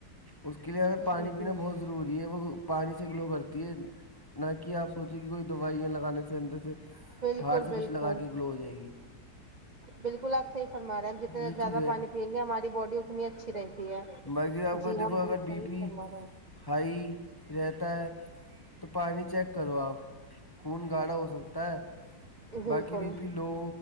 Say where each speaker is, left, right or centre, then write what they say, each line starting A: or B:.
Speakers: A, on the left; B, on the right.
A: اس کے لیے ہمیں پانی
B: جی
A: پینا
B: جی
A: بہت ضروری ہے وہ پانی سے گلو کرتی ہے نہ کہ آپ سوچیں کہ کوئی دوائیاں لگانے سے اندر سے
B: بالکل
A: پہاڑ سے کچھ
B: بالکل
A: لگا کے گلو ہو جائے گی
B: بالکل آپ صحی فرماے ہیں ہم جتنے
A: یہ
B: زیادہ
A: چیز ہے
B: پانی پئیں گے ہماری باڈی اتنی اچھی رہتی ہے
A: باقی آپ کو
B: جی
A: دیکھو
B: ہم
A: اگر
B: بت صحیح
A: بی پی
B: س رہا
A: ہائی رہتا ہے تو پانی چیک کرو آپ خون گاڑھا ہو سکتا ہے
B: ہیں بالکل
A: باقی بی پی لو